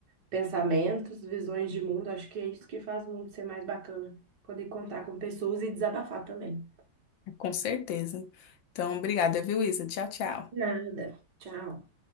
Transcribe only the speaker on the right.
pensamentos, visões de mundo. Acho que é isso que faz o mundo ser mais bacana. Poder contar com pessoas e desabafar também.
Nada. Tchau.